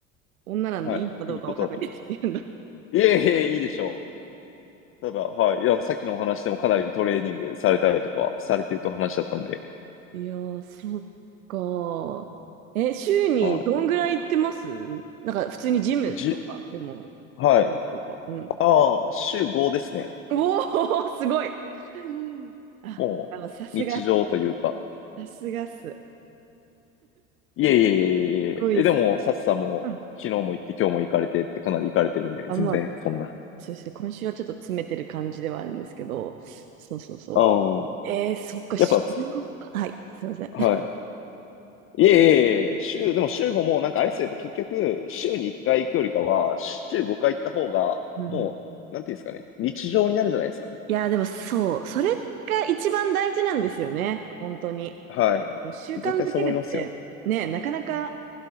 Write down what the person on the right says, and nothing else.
女なんでいいのかどうかわかんないですけど。
いやー、そっかえ、週にどんぐらい行ってますなんか、
普通にジムとかでも、
っ
ていうか、うん。
おお、すごい。<laughs> あ、
あの、さすが、
さすがっす。
すごいっす。
あ、
あ、
まあ、
そうですね。今週はちょっと詰めてる感じではあるんですけど、そうそうそう。
えー、そっか、週ごか。
はい、すいません。
うんうん
いや、でもそう、それが一番大事なんですよね。本当に。
習慣づけるって、
ね、なかなか